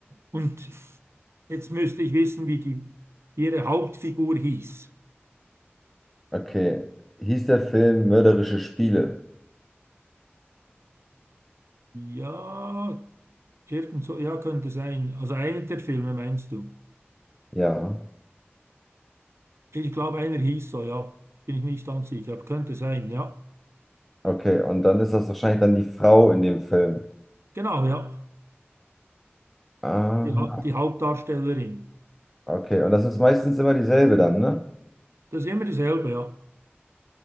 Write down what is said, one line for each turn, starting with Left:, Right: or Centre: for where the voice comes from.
Right: und jetzt müsste ich wissen, wie die, ihre Hauptfigur hieß.
Centre: okay. Hieß der Film Mörderische Spiele?
Right: Ja, irgend so, ja, könnte sein. Also einer der Filme meinst du?
Centre: Ja.
Right: Ich glaube, einer hieß so, ja. Bin ich nicht ganz sicher, aber könnte sein, ja.
Centre: Okay, und dann ist das wahrscheinlich dann die Frau in dem Film.
Right: Genau, ja.
Centre: Aha,
Right: Die, Ha- die Hauptdarstellerin.
Centre: okay. Und das ist meistens immer dieselbe dann, ne?
Right: Das ist immer dasselbe, ja.